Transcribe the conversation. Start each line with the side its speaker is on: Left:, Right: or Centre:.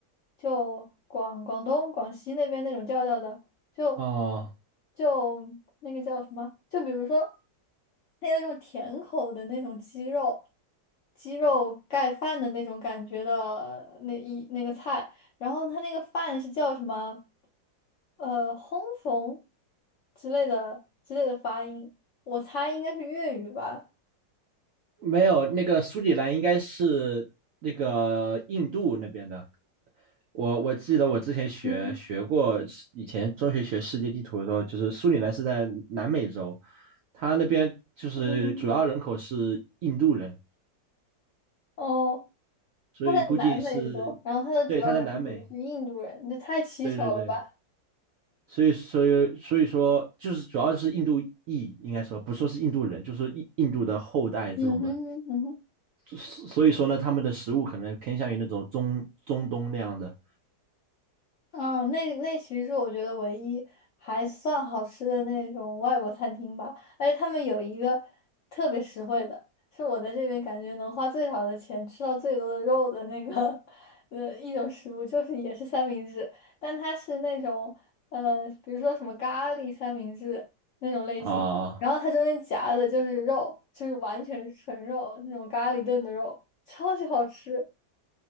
Left: 就广广东广西那边那种调调的。就
Right: 哦，
Left: 就那个叫什么？就比如说，它有那种甜口的那种鸡肉，鸡肉盖饭的那种感觉的呃那一那个菜，然后它那个饭是叫什么？呃，烘缝之类的之类的发音，我猜应该是粤语吧。
Right: 没有，那个苏里兰应该是那个印度那边的。我我记得我之前学学过，
Left: 嗯
Right: 以前中学学世界地图的时候，就是苏里兰是在南美洲，他那边就是主要人口是印度人，
Left: 嗯，哦，
Right: 所以估计是，
Left: 在南美洲，然后它的主要人口是印度人，
Right: 对，他在南美，
Left: 这太蹊跷了吧？
Right: 对对对，所以所以所以说就是主要是印度裔，应该说不说是印度人，就是说印印度的后代这种的，
Left: 嗯哼，嗯哼。
Right: 所所以说呢，他们的食物可能偏向于那种中中东那样的
Left: 嗯，那那其实是我觉得唯一还算好吃的那种外国餐厅吧，而且他们有一个特别实惠的，是我在这边感觉能花最少的钱吃到最多的肉的那个 <laughs> 呃一种食物，就是也是三明治，但它是那种呃，比如说什么咖喱三明治那种类型，
Right: 啊、
Left: 然后它中间夹的就是肉，就是完全是纯肉那种咖喱炖的肉，超级好吃。